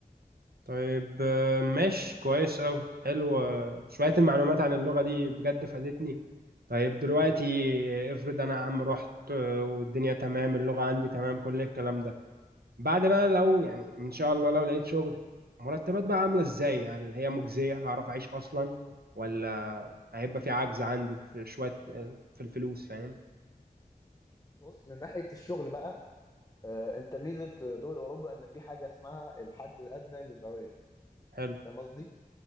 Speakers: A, on the right; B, on the left.
A: طيب آه، ماشي كويس أوي حلو آه، شوية المعلومات عن اللغة دي بجد فادتني طيب دلوقتي آه، افرض أنا يا عم رحت آه، والدنيا تمام اللغة عندي تمام كل الكلام ده بعد بقى لو يعني إن شاء الله لو لقيت شغل مرتبات بقى عاملة إزاي هل هي مجزية هعرف أعيش أصلا ولا هيبقى في عجز عندي في شوية آه، في الفلوس فاهم
B: بص من ناحية الشغل بقى آه، أنت ميزة دول أوروبا إن في حاجة اسمها الحد الأدنى للرواتب
A: حلو
B: فاهم قصدي؟